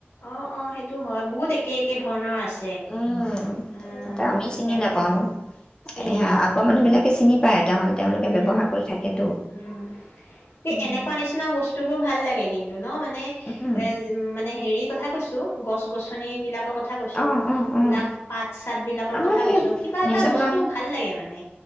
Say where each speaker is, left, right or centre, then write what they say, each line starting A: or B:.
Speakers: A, on the left (about 85°); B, on the left (about 20°).
A: অ', অ', সেইটো হয় বহুত একে একে ধৰণৰ আছে।
B: উম,
A: উম,
B: তাতে আমি চিনি
A: তাকে
B: নাপাও
A: চিনি
B: এ
A: নাপাওঁ।
B: আগৰ মানুহ বিলাকে চিনি পায় তেওঁ তেওঁলোকে
A: উম,
B: ব্যৱহাৰ কৰি থাকেতো।
A: উম, সে
B: উম,
A: এনেকুৱা নিচিনা বস্তু বোৰ ভাল লাগে। কিন্তু ন' মানে
B: উম,
A: এ উ মানে হেৰি কথা কৈছো। গছ-গছনিবিলাকৰ কথা কৈছো
B: অ', অ',
A: এইবিলাক
B: অ',
A: পাত চাত বিলাকৰ
B: আমাৰ
A: কথা
B: সেই
A: কৈছো কিবা এটা
B: নিজৰ
A: বস্তু ভাল লাগে মানে